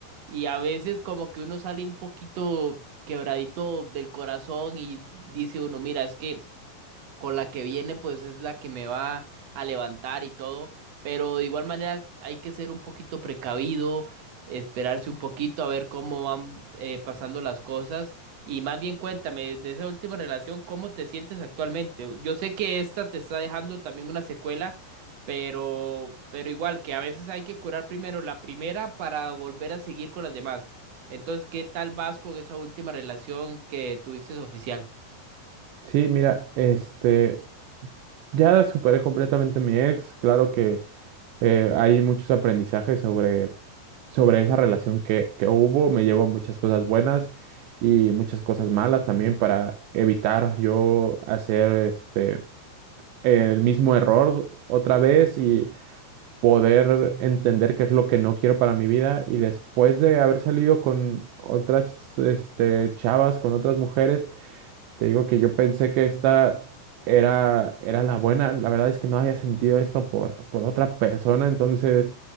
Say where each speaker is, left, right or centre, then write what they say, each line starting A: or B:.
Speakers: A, on the right; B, on the right.
A: y a veces como que uno sale un poquito quebradito del corazón y dice uno, mira, es que con la que viene, pues es la que me va a levantar y todo. Pero de igual manera hay que ser un poquito precavido, esperarse un poquito a ver cómo van eh, pasando las cosas. Y más bien cuéntame de esa última relación, ¿cómo te sientes actualmente? Yo sé que esta te está dejando también una secuela, pero, pero igual que a veces hay que curar primero la primera para volver a seguir con las demás. Entonces, ¿qué tal vas con esa última relación que tuviste oficial?
B: Sí, mira, este, ya superé completamente a mi ex. Claro que eh, hay muchos aprendizajes sobre, sobre esa relación que, que hubo. Me llevo muchas cosas buenas y muchas cosas malas también para evitar yo hacer este el mismo error otra vez y poder entender qué es lo que no quiero para mi vida. Y después de haber salido con otras, este, chavas, con otras mujeres, te digo que yo pensé que esta era, era la buena. La verdad es que no había sentido esto por, por otra persona. Entonces,